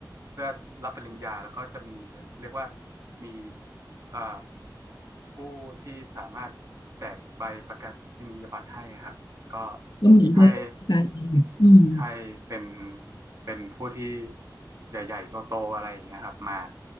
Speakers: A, on the right (about 50°); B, on the left (about 70°).
A: เพื่อรับปริญญาแล้วก็จะมีเรียกว่ามีเอ่อผู้ที่สามารถแจกใบประกาศนียบัตรให้ครับก็
B: ก็เหมือนเดิมไป
A: ให้
B: อืม
A: ให้เป็นเป็นผู้ที่ใหญ่ๆโตๆอะไรอย่างเงี้ยครับมา